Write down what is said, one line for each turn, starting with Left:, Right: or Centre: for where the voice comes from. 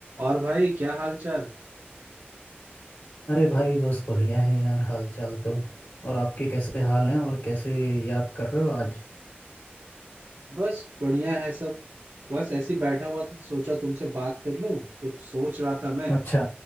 Right: और भाई क्या हाल चाल
Left: अरे भाई बस बढ़िया है यार हाल चाल तो और आपके कैसे हाल हैं और कैसे याद कर रहे हो आज
Right: बस बढ़िया है सब बस ऐसे ही बैठा हुआ था सोचा तुमसे बात कर लूं कुछ सोच रहा था मैं
Left: अच्छा